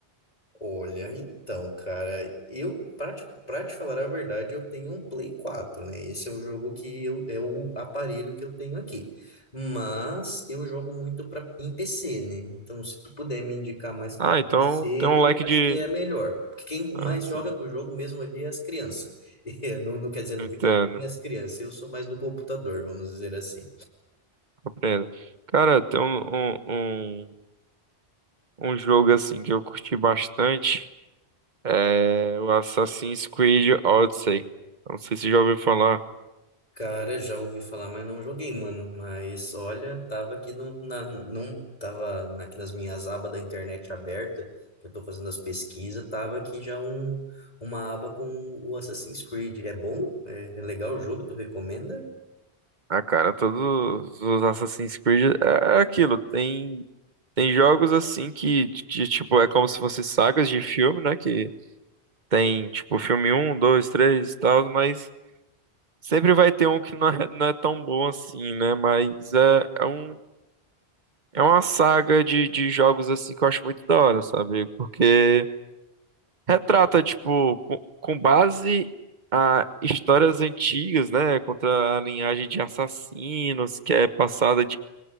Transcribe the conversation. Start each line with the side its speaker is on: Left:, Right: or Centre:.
Left: Olha, então, cara, eu, pra te, pra te falar a verdade, eu tenho um Play 4, né? Esse é o jogo que eu, é o aparelho que eu tenho aqui. Mas eu jogo muito pra, em PC, né? Então, se tu puder me indicar mais pra
Right: Ah,
Left: PC,
Right: então tem um leque
Left: eu
Right: de.
Left: acho que é melhor. Porque quem mais
Right: Ah, sim,
Left: joga com o jogo mesmo ali é as crianças. <laughs> É, não, não quer dizer no
Right: entendo,
Left: videogame é as crianças, eu sou mais do computador, vamos dizer assim.
Right: compreendo. Cara, tem um, um, um, um jogo assim que eu curti bastante, é o Assassin's Creed Odyssey. Não sei se já ouviu falar.
Left: Cara, já ouvi falar, mas não joguei, mano. Mas olha, tava aqui no, na, num, tava na- aqui nas minhas abas da internet aberta, que eu tô fazendo as pesquisas, tava aqui já um, uma aba com o Assassin's Creed. É bom? É, é legal o jogo? Tu recomenda?
Right: Ah, cara, todos os Assassin's Creed é aquilo. Tem, tem jogos assim que, que, tipo, é como se fossem sagas de filme, né? Que tem, tipo, filme um 2 3 e tal, mas sempre vai ter um que não é, não é tão bom assim, né? Mas é, é um, é uma saga de, de jogos assim que eu acho muito da hora, sabe? Porque retrata, tipo, com, com base a histórias antigas, né? Contra a linhagem de assassinos que é passada